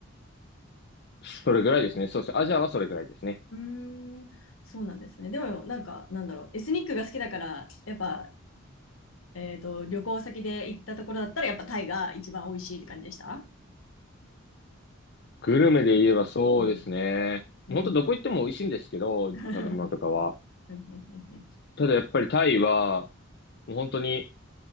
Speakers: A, on the left; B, on the left.
A: それぐらいですね。そうですね。アジアはそれぐらいですね。
B: うん。うーん、そうなんですね。でも、なんか、なんだろう、エスニックが好きだから、やっぱ、えっと、旅行先で行ったところだったら、やっぱタイが一番美味しいって感じでした
A: グルメで言えばそうですね。
B: うんうん
A: 本当どこ行っても美味しいんですけど、
B: <laughs> うん
A: 食べ物とかは。
B: うんうんうん
A: ただやっぱりタイは、もう本当に、